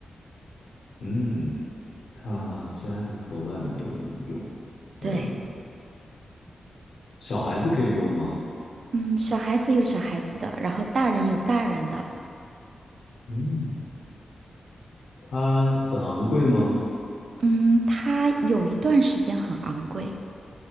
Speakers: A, on the left (about 85°); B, on the right (about 55°).
A: 嗯，他家里和外面都能用。呃，
B: 对，
A: 小孩子可以用吗？
B: 嗯，小孩子有小孩子的，然后大人有大人的。
A: 嗯，它很昂贵吗？
B: 嗯，它有一段时间很昂贵，